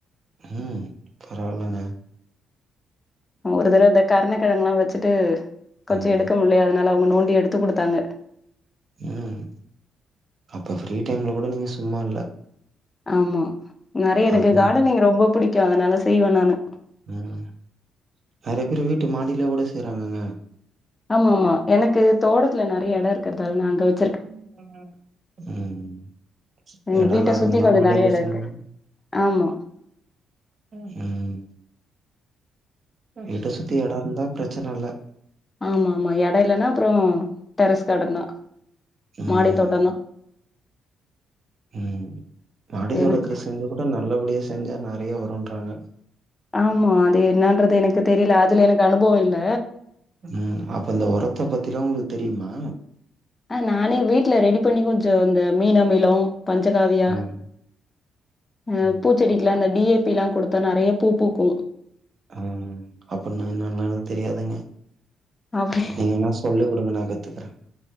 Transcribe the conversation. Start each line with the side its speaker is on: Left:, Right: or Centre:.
Right: ம் பரவாயில்லங்க
Left: ஒரு தறவ இந்த கருணக்கெழங்குல்லா வச்சிட்டு கொஞ்சோ
Right: ம்.
Left: எடுக்க முடியலையா அதனால அவங்க நோண்டி எடுத்துக் குடுத்தாங்க
Right: ம் அப்ப ஃப்ரீ டைம்ல கூட நீங்க சும்மா இல்ல
Left: ஆமா நெறைய எனக்கு
Right: அப்படி
Left: கார்டனிங் ரொம்ப பிடிக்கு அதனால செய்வே நானு
Right: ம் நெறைய பேரு வீட்டு மாடிலயே கூட செய்றாங்கங்க
Left: ஆமா ஆமா எனக்கு தோட்டத்துல நெறையா எடோ இருக்கறதால நா அங்க வச்
Right: ம் ஹு ம்
Left: எங்க
Right: எடோ
Left: வீட்ட
Right: இல்லாதவங்கல்லா
Left: சுத்தி கொஞ்சோ
Right: மாடில
Left: நெறைய எடோ
Right: சங்கமம்
Left: இருக்கு ஆமா
Right: உம் வீட்ட சுத்தி எடோ இருந்தா பிரச்சன இல்ல
Left: ஆமா ஆமா எடைலனா அப்றோ டெரஸ் கார்டன் தா
Right: ம்.
Left: மாடித்தோட்டந்தா
Right: ம் மாடி
Left: எனக்கு
Right: தோட்டத்துல செஞ்சா கூட நல்லபடியா செஞ்சா நறைய வருன்றாங்க
Left: ஆமா அது என்னன்றது எனக்கு தெரல அதுல எனக்கு அனுபவோ இல்ல
Right: ம் அப்ப இந்த ஒரத்த பத்திலா உங்களுக்கு தெரியுமா
Left: ஆ நானே வீட்ல ரெடி பண்ணி கொஞ்சோ இந்த மீன மகிழம் பஞ்சக்காவியா
Right: ம்.
Left: ஆ
Right: ம்
Left: பூச்செடிக்குல்லா
Right: அப்ப
Left: அந்த டி ஏ பி ல்லா குடுத்தா நெறைய பூ பூக்கு
Right: ஆ அப்புடின்னா என்னன்லா எனக்கு தெரியாதுங்க
Left: அப்டி
Right: நீங்க என்ன சொல்லி குடுங்க நா கத்துக்குறே